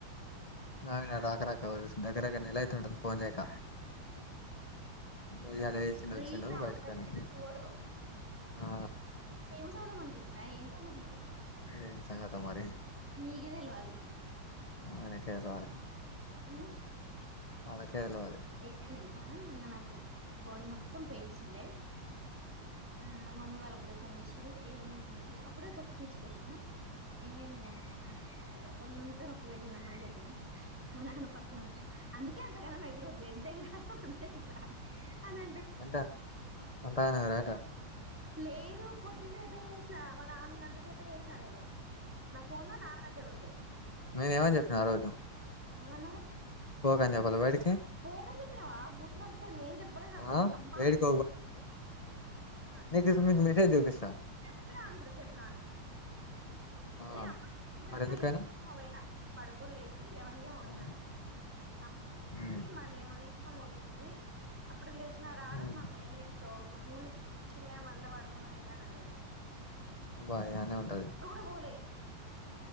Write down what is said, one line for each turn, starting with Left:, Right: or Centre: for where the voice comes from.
Left: నాయిన రాక రాక దగర దగర్ నెలైయితుంటది ఫోన్ చేయక ఇయ్యాల చేసిండు వచ్చిండు
Centre: రీల్స్ ఆగుతలేడుగా
Left: బయటకు పోయినం
Centre: మీ వోడు
Left: ఆ
Centre: ఫేమస్ అవుదాం అనుకుంటుండ ఏం సంగతి మరి
Left: ఏం సంగతొ మరి
Centre: మీకె తెలివాలి
Left: ఆయన కె తెలివాలె
Centre: మ్
Left: వాళ్లకే తెలివాలి
Centre: ఏమైంది తెలుసా నిన్న నాకు బాడీ మొత్తం పెయిన్స్ ఉండే ఆ మమ్మీ వాళ్ళు అప్పుడే ఫోన్ చేసిరు ఏమైందంటె అప్పుడే తొక్కు పిచ్చుకుంటున్నా ఏమైంది అంటే ఊళ్ళంతా నొప్పు పెట్టిందమ్మ అని చెప్పిన మా నాన్న పక్కనుండి అందుకే అంతగనం ఎగరొద్దు ఎంత ఎగరాలొ అంతే ఎగరాలి అనం
Left: ఎంత అంతగనం ఎగరు ఏటా
Centre: లేదు కొద్దిసేపే చేసిన మా నాన్న ఉన్నంతసేపే చేసిన నేను నా ఫోన్ లో నాన్న దగ్గర ఉండే
Left: నేనేమని చెప్పిన ఆ రోజు
Centre: ఏమన్నది
Left: పోకని చెప్పాలా బయడికి
Centre: పోకని చెప్పినావా మూతి వళగతది నువ్వేం చెప్పాలె నాకు
Left: ఆ
Centre: నీ అమ్మ
Left: ఏడికి
Centre: ఆ చెప్
Left: నికు నీకు మెసేజ్ చూపిస్తా
Centre: చెప్పినా అనుకుడ చెప్పినా
Left: ఆ
Centre: నేను అప్పటికే ఎప్పుడు పోయిన
Left: మరి ఎందుకైనావ్
Centre: లెవెన్ కి ఏమో పోయిన పడుకోని లేసి లెవెన్ కి ఏమో పోయిన
Left: ఆ
Centre: నేను అ
Left: హ్మ్
Centre: మళ్ళీ ఏమో తీసుకొని పోతుంనది అప్పుడు లేచినా ర రాదు
Left: హ్మ్
Centre: మమ్మీ ఏం చేస్తావు నువ్వు జూనియర్ మళ్ళా పడుకునవు ఏంది అని అన్నది
Left: బాయనే ఉంటది
Centre: కూడ పోలే